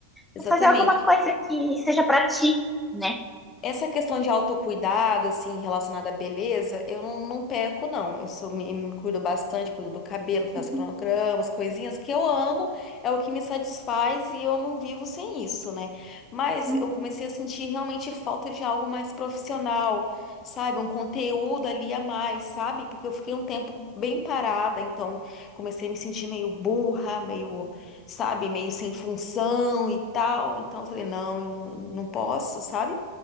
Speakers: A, on the left; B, in the centre.
A: Exatamente.
B: para fazer alguma coisa que seja para ti, né?
A: Essa questão de autocuidado, assim, relacionada à beleza, eu não, não peco, não. Eu sou, me, me cuido bastante, cuido do cabelo, faço
B: Uhum.
A: cronogramas, coisinhas que eu amo, é o que me satisfaz e eu não vivo sem isso, né? Mas
B: uhum.
A: eu comecei a sentir realmente falta de algo mais profissional, sabe? Um conteúdo ali a mais, sabe? Porque eu fiquei um tempo bem parada, então comecei a me sentir meio burra, meio sabe, meio sem função e tal. Então eu falei, não, eu não, não posso, sabe?